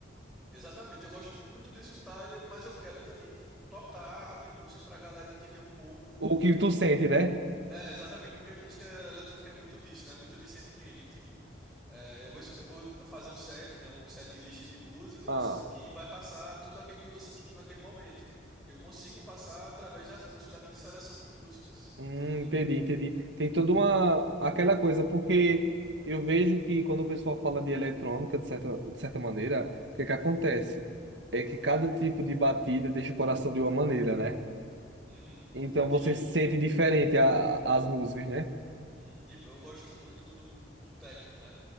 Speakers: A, in the centre; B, on the right.
A: Exatamente, eu gosto muito de escutar, e eu- mas eu quero também, tipo, tocar a minha música pra galera entender um pouco.
B: O que tu sente, né?
A: É, exatamente, porque música eletrônica é muito disso, né? Muito de sentimento. Tipo, é, eu vou, es- eu vou fazer um set, né? Um set list de músicas
B: Ah,
A: que vai passar tudo aquilo que eu tô sentindo naquele momento. E eu consigo passar através das músicas, da minha seleção de músicas,
B: Hum,
A: entendeu?
B: entendi, entendi. Tem toda uma aquela coisa, porque eu vejo que quando o pessoal fala de eletrônica, de certa, de certa maneira, o que é que acontece? É que cada tipo de batida deixa o coração de uma maneira, né?
A: Uhum.
B: Então você
A: Tipo,
B: sente diferente a- as músicas, né?
A: uhum, tipo, eu gosto muito do, do techno, né?